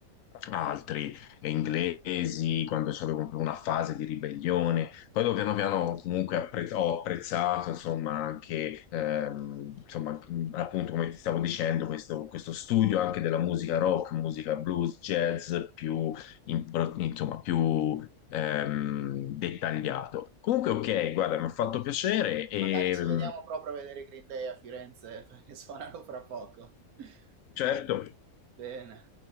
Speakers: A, on the left (about 70°); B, on the right (about 85°).
A: altri inglesi, quando c'è comunque una fase di ribellione. Poi dopo piano piano comunque appre- ho apprezzato, insomma, anche, ehm, insomma, mh, appunto come ti stavo dicendo, questo, questo studio anche della musica rock, musica blues, jazz, più, in- pro- insomma, più ehm, dettagliato. Comunque, ok, guarda, mi ha fatto piacere e
B: Magari ci
A: mm,
B: vediamo proprio a vedere i Green Day a Firenze, <laughs> perché suonano fra poco. <laughs>
A: certo.
B: Bene.